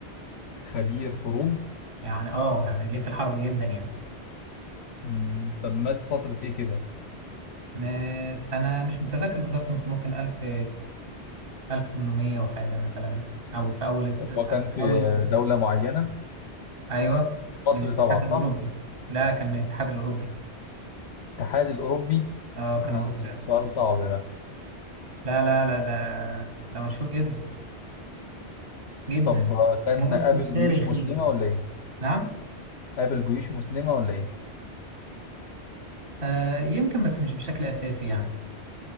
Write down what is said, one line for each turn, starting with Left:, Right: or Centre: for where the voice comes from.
Left: خبير حروب؟
Right: يعني اه يعني ليه في الحرب جدا يعني
Left: مم، طب مات فترة إيه كده؟
Right: ن- انا مش متذكر بالظبط بس ممكن الف الف تمنمية وحاجة مثلا او في اول الت-
Left: هو كان في
Right: اول
Left: دولة معينة
Right: ايوه
Left: مصر
Right: من الاتحاد
Left: طبعا
Right: الاوروبي
Left: صح؟
Right: لا كان من الاتحاد الاوروبي
Left: الاتحاد الأوروبي
Right: اه كان
Left: آه،
Right: اوروبي أصلاً.
Left: سؤال صعب ده
Right: لا لا لا ده ده مشهور جدا جدا
Left: طب آه، كان
Right: مؤثر
Left: قابل
Right: تاريخيا
Left: جيوش مسلمة ولا إيه؟
Right: نعم
Left: قابل جيوش مسلمة ولا ايه
Right: آه يمكن بس مش بشكل اساسي يعني